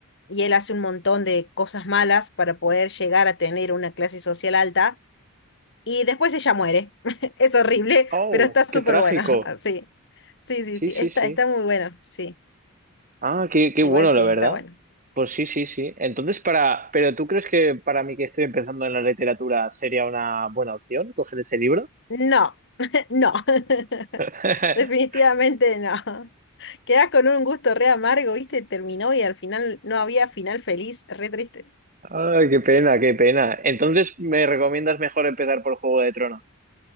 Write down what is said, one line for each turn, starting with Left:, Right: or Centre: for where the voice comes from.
Left: y él hace un montón de cosas malas para poder llegar a tener una clase social alta y después ella muere. <laughs> Es horrible,
Right: Oh,
Left: pero está súper
Right: qué trágico.
Left: buena. <laughs> Sí, sí, sí,
Right: Sí,
Left: sí,
Right: sí,
Left: está,
Right: sí.
Left: está muy bueno, sí,
Right: Ah, qué, qué
Left: igual
Right: bueno,
Left: sí,
Right: la verdad.
Left: está bueno.
Right: Pues sí, sí, sí. Entonces, para, pero ¿tú crees que para mí que estoy empezando en la literatura sería una buena opción coger ese libro?
Left: No, <laughs> no, <laughs>
Right: <laughs>
Left: definitivamente no. Quedás con un gusto re amargo, ¿viste? Terminó y al final no había final feliz, re triste.
Right: Ay, qué pena, qué pena. Entonces, ¿me recomiendas mejor empezar por Juego de Tronos?